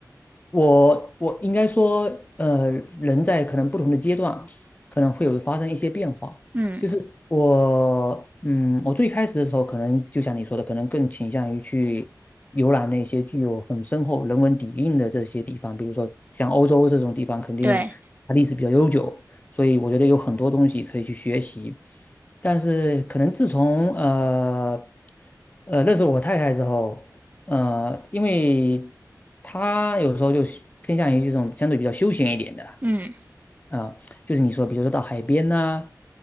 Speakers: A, on the left; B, on the right.
A: 我我应该说，呃，人在可能不同的阶段，可能会有发生一些变化。
B: 嗯，
A: 就是我，嗯，我最开始的时候，可能就像你说的，可能更倾向于去游览那些具有很深厚人文底蕴的这些地方，比如说像欧洲这种地方，肯定它历史比较悠久，
B: 对，
A: 所以我觉得有很多东西可以去学习。但是可能自从呃呃认识我太太之后，呃，因为他有时候就是偏向于这种相对比较休闲一点的，
B: 嗯，
A: 呃，就是你说，比如说到海边呐、